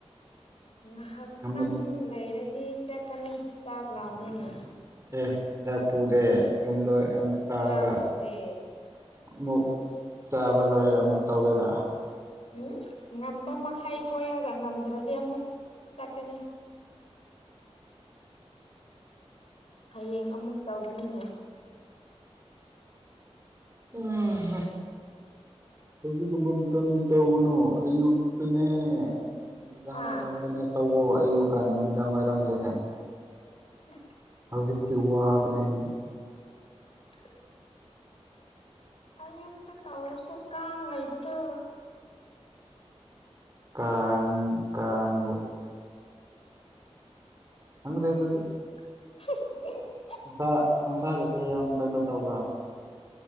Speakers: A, on the left (about 65°); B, on the right (about 25°).
A: ꯉꯥꯏꯍꯥꯛꯇꯪ
B: ꯅꯨꯃꯤꯠ
A: ꯂꯩꯔꯗꯤ ꯆꯠꯀꯅꯤ ꯆꯥꯛ ꯂꯥꯃꯤꯅꯤ
B: ꯑꯦ ꯆꯥꯛ ꯄꯨꯗꯦ ꯌꯨꯝꯗ ꯑꯃꯨꯛ ꯆꯥꯔꯒ
A: ꯆꯥꯀꯨꯗꯦ
B: ꯑꯃꯨꯛ ꯆꯥꯕ ꯂꯣꯏꯔꯒ ꯑꯃꯨꯛ ꯇꯧꯗꯣꯏꯔ
A: ꯎꯝ ꯉꯝꯕ ꯃꯈꯩ ꯄꯣꯏꯔꯒ ꯉꯝꯗ꯭ꯔꯗꯤ ꯑꯃꯨꯛ ꯆꯠꯀꯅꯤ ꯍꯌꯦꯡ ꯑꯃꯨꯛ ꯇꯧꯒꯅꯤꯉ
B: ꯎꯝ ꯍꯧꯖꯤꯛꯀꯨꯝꯕ ꯃꯇꯝꯗꯤ ꯇꯧꯒꯅꯨ ꯑꯌꯨꯛꯇꯅꯦ ꯅꯨꯃꯤꯗꯥꯡ
A: ꯍꯥ
B: ꯋꯥꯏꯔꯝꯗꯅꯦ ꯇꯧꯋ ꯑꯌꯨꯛꯀ ꯅꯨꯃꯤꯗꯥꯡ ꯋꯥꯏꯔꯝꯁꯦ
A: ꯎ
B: ꯑꯖꯤꯛꯀꯤ ꯋꯥꯕꯅꯦꯅꯦ
A: <unintelligible> ꯑꯌꯨꯛꯇ ꯇꯧꯔꯁꯨ ꯀꯥꯡ ꯂꯩꯕꯗꯣ
B: ꯀꯥꯡ ꯀꯥꯡꯕꯨ ꯈ꯭ꯔꯦ ꯑꯗꯨ ꯑꯗꯨꯗꯤ
A: <unintelligible>
B: ꯅꯨꯡꯁꯥ ꯅꯨꯡꯁꯥꯒꯁꯦ ꯌꯥꯝ ꯀꯩꯅꯣ ꯇꯧꯕ꯭ꯔꯥ